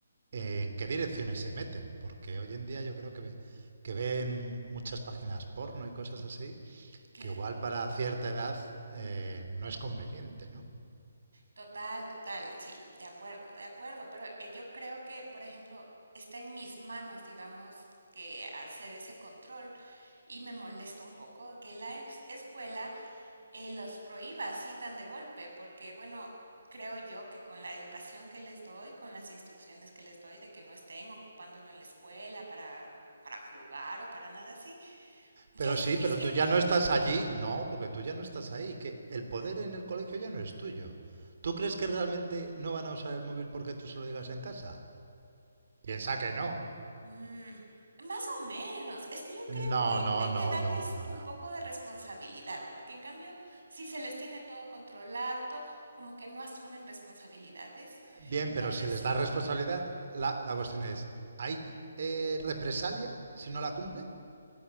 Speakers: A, on the right; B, on the right.
A: eh, en qué direcciones se meten, porque hoy en día yo creo que, ve- que ven muchas páginas porno y cosas así,
B: Claro.
A: que igual para cierta edad eh, no es conveniente, ¿no?
B: Total, total, sí, de acuerdo, de acuerdo, pero eh, yo creo que, por ejemplo, está en mis manos, digamos, que hacer ese control y me molesta un poco que la es- escuela eh, los prohíba así tan de golpe, porque bueno, creo yo que con la educación que les doy, con las instrucciones que les doy de que no estén ocupándolo en la escuela para para jugar o para nada así, ya
A: Pero
B: es
A: sí,
B: suficiente.
A: pero tú ya no estás allí, no, porque tú ya no estás ahí, que el poder en el colegio ya no es tuyo. ¿Tú crees que realmente no van a usar el móvil porque tú se lo digas en casa? Piensa que no.
B: Mm, más o menos. Es que yo creo
A: No,
B: que
A: no,
B: hay
A: no,
B: que darles
A: no, no,
B: un
A: no.
B: poco de responsabilidad, porque en cambio, si se les tiene todo controlado, todo, como que no asumen responsabilidades.
A: Bien,
B: Entonces,
A: pero si les da responsabilidad,
B: mm,
A: la, la cuestión es, ¿hay eh, represalia si no la cumplen?